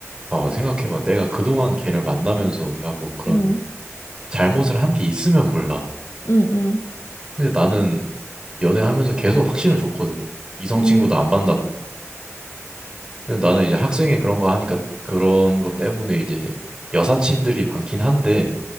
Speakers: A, on the right; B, on the left.
A: 봐봐, 생각해봐. 내가 그동안 걔를 만나면서 내가 뭐 그런
B: 응,
A: 잘못을 한 게 있으면 몰라.
B: 응, 응.
A: 근데 나는 연애하면서 계속 확신을 줬거든. 이성
B: 음,
A: 친구도 안 만나고. 근데 나는 이제 학생회 그런 거 하니까 그런 것 때문에 이제 여사친들이 많긴 한데